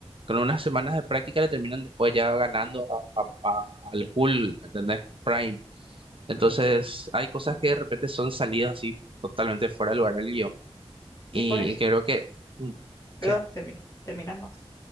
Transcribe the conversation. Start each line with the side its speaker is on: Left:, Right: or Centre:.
Right: con unas semanas de práctica le terminan después ya ganando a, a- a- al Hulk, ¿entendés? Prime. Entonces,
Left: mm.
Right: hay cosas
Left: Entiendo.
Right: que de repente son salidas así totalmente fuera de lugar del guión.
Left: Y
Right: Y
Left: por ejemplo,
Right: creo que, mm,
Left: perdón,
Right: sí.
Left: termino, terminan más.